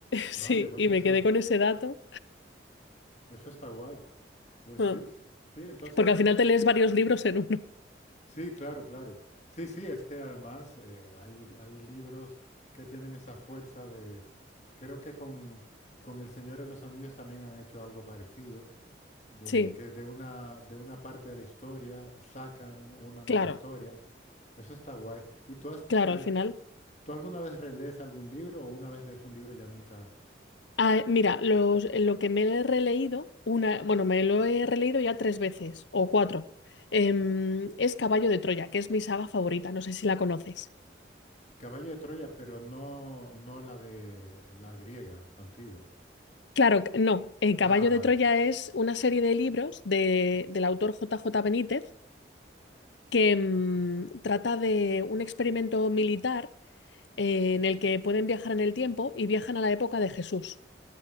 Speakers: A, on the left; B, on the left.
A: Vaya,
B: Sí,
A: pues
B: y
A: eso,
B: me quedé con ese dato,
A: eso está guay. Pues
B: Ah,
A: sí, sí, sí, entonces...
B: porque al final te lees varios libros en uno.
A: Sí, claro, claro. Sí, sí, es que además eh, hay, hay libros que tienen esa fuerza de... Creo que con, con El Señor de los Anillos también han hecho algo parecido, de
B: Sí,
A: que de una, de una parte de la historia sacan una nueva
B: claro,
A: historia. Eso está guay. ¿Y tú, has-
B: claro,
A: te-
B: al final.
A: tú alguna vez relees algún libro o una vez lees un libro y ya nunca...
B: Ah, mira, los- lo que me he releído, una, bueno, me lo he releído ya tres veces o cuatro, em, es Caballo de Troya, que es mi saga favorita, no sé si la conoces.
A: Caballo de Troya, pero no, no la de la griega antigua.
B: Claro, c- no, el Caballo
A: Ah, vale.
B: de Troya es una serie de libros de- del autor J J Benítez que em, trata de un experimento militar eh, en el que pueden viajar en el tiempo y viajan a la época de Jesús.